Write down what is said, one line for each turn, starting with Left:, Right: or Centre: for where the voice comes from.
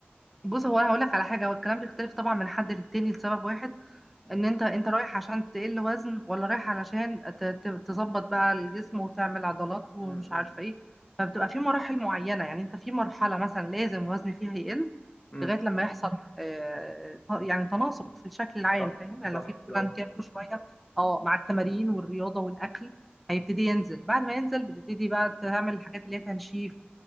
Centre: بص هو انا هقولك على حاجة هو الكلام بيختلف طبعا من حد للتاني لسبب واحد
Left: مم.
Centre: ان انت انت رايح عشان تقل وزن ولا رايح علشان ت- ت- تظبط بقى الجسم وتعمل عضلات ومش
Left: مم.
Centre: عارفه ايه فبتبقى في مراحل معينه يعني انت في مرحله مثلا لازم الوزن فيها يقل
Left: مم.
Centre: لغايه لما يحصل آه، ط- يعني تناسق في الشكل العام
Left: صح
Centre: فاهم يعني
Left: صح
Centre: لو في
Left: برافو
Centre: مثلا كيرف شويه اه مع التمارين والرياضه والاكل هيبتدي ينزل بعد ما ينزل بتبتدي بقى تعمل الحاجات اللي هي تنشيف